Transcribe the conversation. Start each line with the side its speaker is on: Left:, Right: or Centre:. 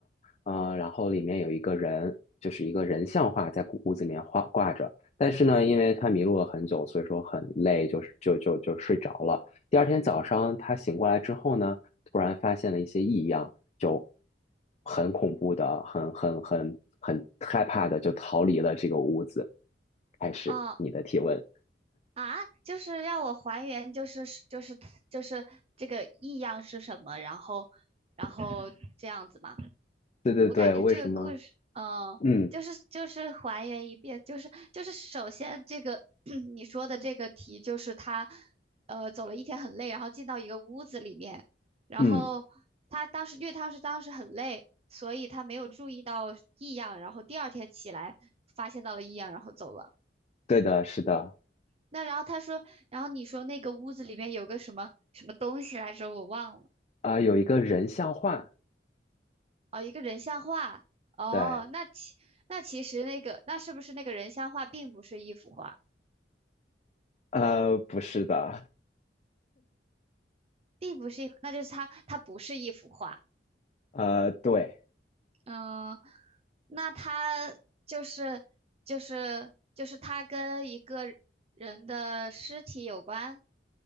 Left: 呃，然后里面有一个人，就是一个人像画在屋子里面画挂着。但是呢，因为他迷路了很久，所以说很累，就是就就就睡着了。第二天早上他醒过来之后呢，突然发现了一些异样，就很恐怖的，很很很很害怕的，就逃离了这个屋子。开始你的提问。
Right: 哦，啊，就是让我还原，就是就是就是这个异样是什么，然后然后这样子吗？
Left: 对对对，
Right: 我感觉这个故事，
Left: 为什么？
Right: 嗯，
Left: 嗯
Right: 就是就是还原一遍，就是就是首先这个 <clears throat> 你说的这个题，就是他呃走了一天很累，然后进到一个屋子里面，然后他当时因为他是当时很累，
Left: 嗯，
Right: 所以他没有注意到异样，然后第二天起来发现到了异样，然后走了。
Left: 对的，是的，
Right: 那然后他说，然后你说那个屋子里面有个什么什么东西来着，我忘了。
Left: 啊、有一个人像画，
Right: 哦，一个人像画。哦，
Left: 对，
Right: 那其那其实那个那是不是那个人像画并不是一幅画，
Left: 呃，不是的，
Right: 并不是一，那就是它它不是一幅画。
Left: 呃，对。
Right: 嗯，那它就是就是就是它跟一个人的尸体有关，